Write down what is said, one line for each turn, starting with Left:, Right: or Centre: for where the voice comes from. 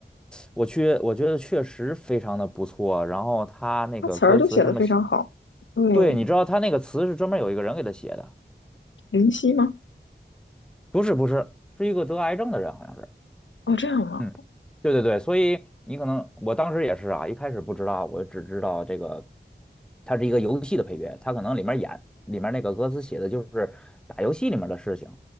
Centre: 我去我觉得确实非常的不错。然后他那个歌词什么写，
Left: 他词儿都写得非常好。对，
Centre: 对，你知道他那个词是专门有一个人给他写的，
Left: 林夕吗？
Centre: 不是不是，是一个得癌症的人好像是。
Left: 哦，这样啊，
Centre: 嗯，对对对，所以你可能我当时也是啊，一开始不知道，我只知道这个它是一个游戏的配乐，它可能里面演里面那个歌词写的就是打游戏里面的事情，